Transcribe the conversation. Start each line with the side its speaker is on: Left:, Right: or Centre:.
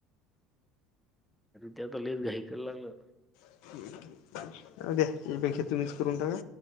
Centre: त्याता लयच घाई करायला लागलं.
Left: <inaudible> जाऊद्या त्यापेक्षा तुम्हीच करून टाका.